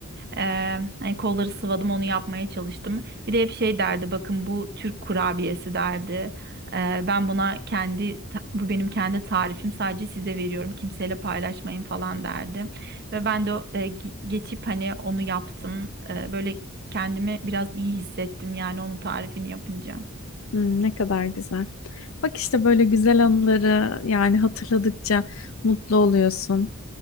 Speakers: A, on the right (about 50°); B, on the left (about 75°).
A: E, hani kolları sıvadım onu yapmaya çalıştım. Bir de hep şey derdi bakın bu Türk kurabiyesi derdi. E, ben buna kendi ta- bu benim kendi tarifim sadece size veriyorum kimseyle paylaşmayın falan derdi. Ve ben de e, ge- geçip hani onu yaptım. E, böyle kendimi biraz iyi hissettim yani onun tarifini yapınca.
B: Hmm, ne kadar güzel. Bak işte böyle güzel anıları yani hatırladıkça mutlu oluyorsun.